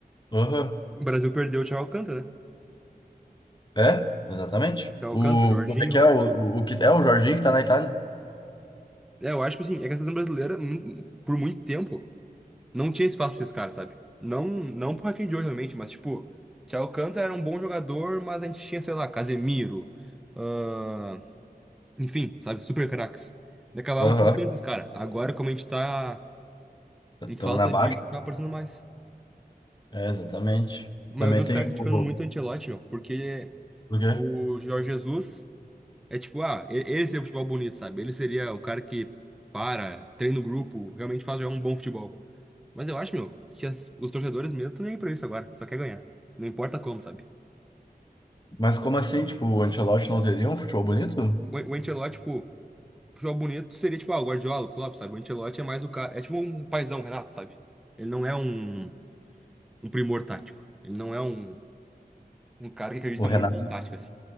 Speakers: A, on the left; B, in the centre.
A: Aham.
B: O Brasil perdeu o Thiago Alcântara, né?
A: É, exatamente.
B: Thiago
A: O,
B: Alcântara, o Jorginho.
A: como é que é? O, o, o que é o Jorginho que tá na Itália?
B: É, eu acho que assim, é que a seleção brasileira, mu- por muito tempo, não tinha espaço pra esses caras, sabe? Não, não pro Rafinha de hoje, realmente, mas tipo, Thiago Alcântara era um bom jogador, mas a gente tinha, sei lá, Casemiro, ahn, enfim, sabe? Super craques. E acabava
A: Aham.
B: ofuscando esses caras. Agora, como a gente tá
A: Estamos
B: em falta
A: na
B: disso,
A: baixa.
B: acaba aparecendo mais.
A: É, exatamente.
B: Mas
A: Também
B: eu vi os
A: tem
B: caras criticando
A: o.
B: muito o Ancelotti, meu, porque
A: O quê?
B: o Jorge Jesus. É tipo, ah, e- ele seria o futebol bonito, sabe? Ele seria o cara que para, treina o grupo, realmente faz jogar um bom futebol. Mas eu acho, meu, que as- os torcedores mesmo estão nem aí pra isso agora, só quer ganhar. Não importa como, sabe?
A: Mas como assim? Tipo, o Ancelotti não teria um futebol bonito?
B: O, o Ancelotti, tipo, futebol bonito seria tipo, ah, o Guardiola, o Klopp, sabe? O Ancelotti é mais o cara, é tipo um paizão, o Renato, sabe? Ele não é um, um primor tático. Ele não é um, um cara que acredita
A: O Renato,
B: muito em tática, assim.